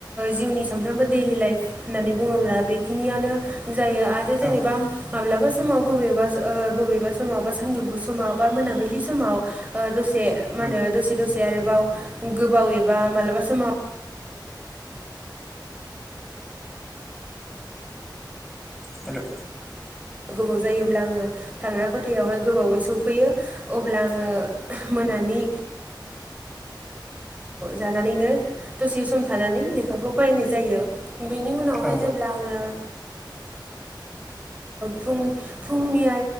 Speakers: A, on the right; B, in the centre.
A: जिउनि सानफ्रामबो दैलि लाइफ होननानै बुङोब्ला बेखिनियानो जायो आरो जेनेबा
B: औ
A: आं माब्लाबा समाव बबेबा बबेबा समाव बा सानजौफु समाव बा मोनाबिलि समाव दसे माहोनो
B: उम
A: दसे दसे आरोबाव गोबाव एबा मालाबा समाव
B: हेलौ
A: गोबाव जायोब्ला आङो थाग्रा खथायावहाय गोबावै सौफैयो अब्ला आङो मोनानि जानानै दसे समानानै लेखा खौ फरायनाय जायो बेनि उनावहाय
B: औ
A: जेब्ला आङो फुं फुंनि